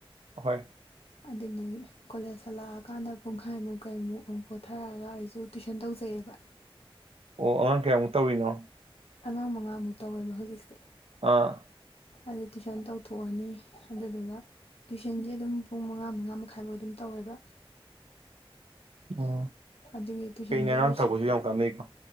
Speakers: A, on the right; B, on the left.
A: <inaudible>
B: ꯑꯗꯨꯅ ꯀꯣꯂꯦꯖ ꯍꯜꯂꯛꯑꯀꯥꯟꯗ ꯄꯨꯡꯈꯥꯏꯃꯨꯛ ꯀꯩꯃꯨꯛ ꯑꯃꯨꯛ ꯄꯣꯊꯔꯛꯒ ꯑꯩꯁꯨ ꯇꯨꯏꯁꯟ ꯇꯧꯖꯩꯑꯕ
A: ꯑꯣ ꯑꯉꯥꯡ ꯀꯌꯥꯃꯨꯛ ꯇꯧꯔꯤꯅꯣ
B: ꯑꯉꯥꯡ ꯃꯉꯥꯃꯨꯛ ꯇꯧꯋꯦꯕ ꯍꯧꯖꯤꯛꯁꯦ
A: ꯑꯥ
B: ꯑꯗꯨ ꯇꯨꯏꯁꯟ ꯇꯧꯊꯣꯛꯑꯅꯤ ꯑꯗꯨꯗꯨꯒ ꯇꯨꯏꯁꯟꯁꯦ ꯑꯗꯨꯝ ꯄꯨꯡ ꯃꯉꯥ ꯃꯉꯥ ꯃꯈꯥꯏꯐꯥꯎ ꯑꯗꯨꯝ ꯇꯧꯋꯦꯕ
A: ꯑꯣ
B: ꯑꯗꯨꯒꯤ ꯇꯨꯏꯁꯟꯁꯦ
A: ꯐꯩꯅꯦ ꯑꯉꯥꯡ
B: ꯂꯣꯏꯁꯤ
A: ꯇꯥꯛꯄꯁꯨ ꯌꯥꯝ ꯀꯥꯟꯅꯩꯀꯣ